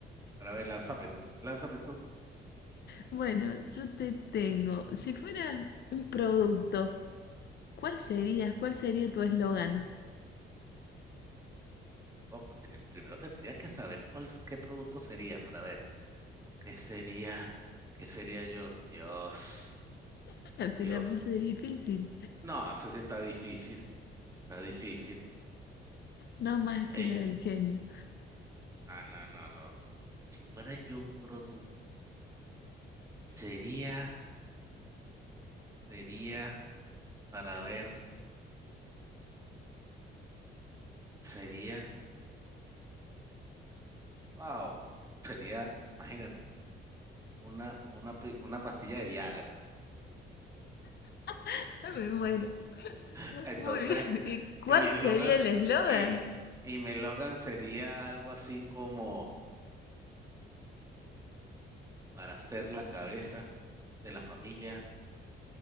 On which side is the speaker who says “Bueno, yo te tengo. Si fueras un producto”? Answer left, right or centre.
Left